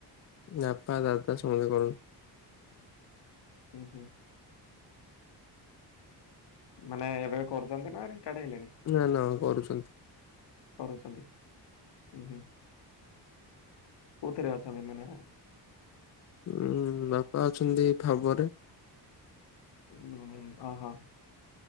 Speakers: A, on the left; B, on the left.
A: ନାପା ଦାଦା ସମସ୍ତେ କରୁ।
B: ହୁଁ, ହୁଁ। ମାନେ ଏବେ କରୁଛନ୍ତି ନା ରିଟାର୍ଡ ହେଲେଣି?
A: ନା ନା କରୁଛନ୍ତି।
B: କରୁଛନ୍ତି, ଉଁ, ହୁଁ। କୋଉଥିରେ ଅଛନ୍ତି ମାନେ?
A: ଉଁ, ବାପା ଅଛନ୍ତି ଖାବରେ।
B: ଉଁ, ହୁଁ ଅ, ହୋ।